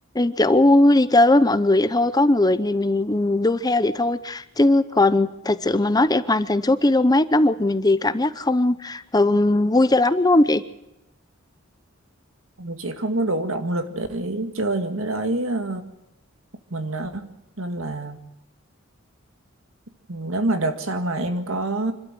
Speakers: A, on the left (about 20°); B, on the right (about 75°).
A: kiểu đi chơi với mọi người vậy thôi có người thì mình ừ, đu theo vậy thôi chứ còn thật sự mà nói để hoàn thành số km đó một mình thì cảm giác không ờ, vui cho lắm đúng không chị?
B: Chị không có đủ động lực để chơi những cái đấy ờ, mình á nên là Ừ, Nếu mà đợt sau mà em có